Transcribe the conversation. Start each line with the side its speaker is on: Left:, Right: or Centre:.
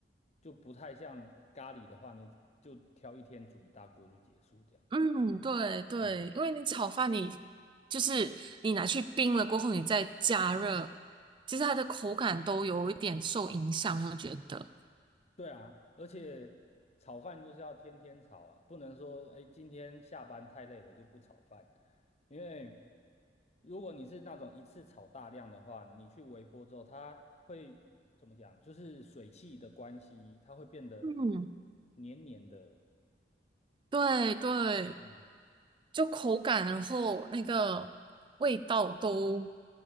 Left: 就不太像咖喱的话，你就挑一天煮一大锅就结束这样。
Right: 嗯，对对，
Left: 嗯
Right: 因为你炒饭你就是你拿去冰了过后，你再加热，其实它的口感都有一点受影响，我觉得。
Left: 对啊，而且炒饭就是要天天炒啊，不能说哎今天下班太累了就不炒饭，因为如果你是那种一次炒大量的话，你去微波之后，它会怎么讲？就是水汽的关系，它会变得
Right: 嗯，
Left: 黏黏的。
Right: 对对，
Left: 嗯，
Right: 就口感，然后那个味道都